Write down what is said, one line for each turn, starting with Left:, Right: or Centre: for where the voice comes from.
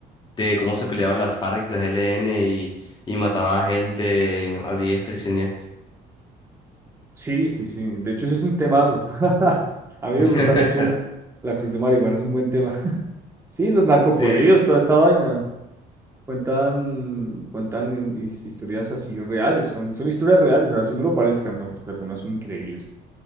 Left: de cómo se peleaban las FARC, las LN y, y mataba a gente a diestra y siniestra.
Right: Sí, sí, sí. De hecho, ese es un temazo. <laughs> A mí me
Left: <laughs>
Right: gusta mucho la cruz de marihuana, es un buen tema. Sí, los narcocorridos,
Left: Sí.
Right: toda esta vaina. Cuentan, cuentan en- his- historias así reales, son, son historias reales, así no lo parezcan, ¿no? Porque algunas son increíbles,